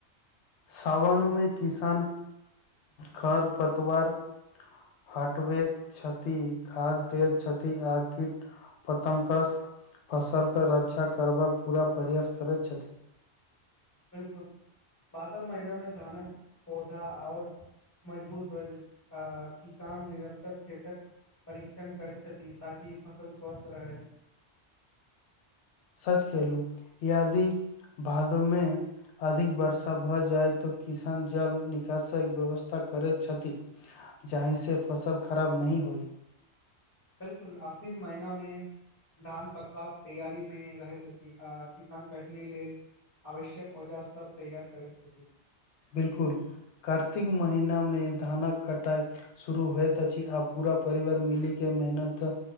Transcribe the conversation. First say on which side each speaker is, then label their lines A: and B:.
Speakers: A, on the left (about 85°); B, on the left (about 15°).
A: सावन मे किसान खर पतवार हटबैत छथि, खाद दैत छथि आ किट पतंग सं फसलके रक्षा करबाक पूरा प्रयास करैत छथि।
B: बिलकुल भादव महीनामे धानक पौधा और मजबूत होइत अछि आ किसान निरन्तर खेतक परीक्षण करै छथि ताकि फसल स्वस्थ रहय।
A: सच कहलहुँ, यदि भादवमे अधिक वर्षा भ जाय त किसान जल निकासक व्यवस्था करैत छथि। जाहि से फसल खराब नहि होइ।
B: बिलकुल, आसीन महीनामे धान पकबाक तैयारी मे रहैत अछि आ किसान कटनी लेल आवश्यक औजार सब तैयार करै छथि।
A: बिलकुल, कार्तिक महीनामे धानक कटाई शुरू होइत अछि आ पूरा परिवार मीलि के मेहनत